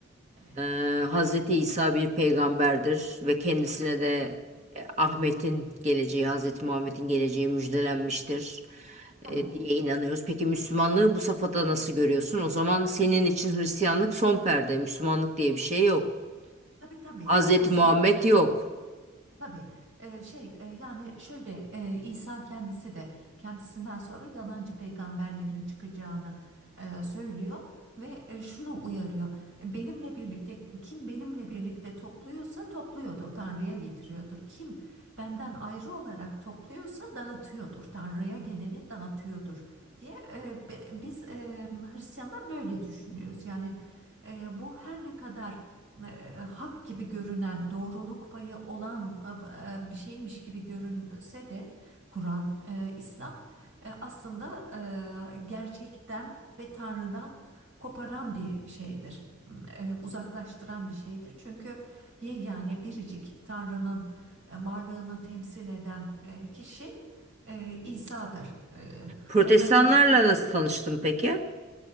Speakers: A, on the right; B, on the right.
A: evet.
B: Ee, Hazreti İsa bir peygamberdir ve kendisine de e, Ahmet'in geleceği, Hazreti Muhammed'in geleceği müjdelenmiştir
A: Aha.
B: e, diye inanıyoruz. Peki Müslümanlığı bu safhada nasıl görüyorsun? O zaman senin için Hristiyanlık son perde, Müslümanlık diye bir şey yok.
A: Tabii tabii,
B: Hazreti
A: kesinlikle.
B: Muhammed yok.
A: Tabii e, şey e, yani şöyle e, İsa kendisi de kendisinden sonra yalancı peygamberlerin çıkacağını e, söylüyor ve e, şunu uyarıyor. Benimle birlikte kim benimle birlikte topluyorsa topluyordur Tanrı'ya getiriyordur. Kim benden ayrı olarak topluyorsa dağıtıyordur Tanrı'ya geleni dağıtıyordur diye e, be- biz e, Hristiyanlar böyle düşünüyoruz. Yani e, bu her ne kadar e, hak gibi görünen, doğruluk payı olan e, e, bir şeymiş gibi görünse de Kur'an, e, İslam e, aslında e, gerçekten ve Tanrı'dan koparan bir şeydir. E, uzaklaştıran bir şeydir. Çünkü yegane biricik Tanrı'nın e, varlığını temsil eden e, kişi e, İsa'dır. E,
B: Protestanlarla
A: ondan önceki
B: nasıl tanıştın peki?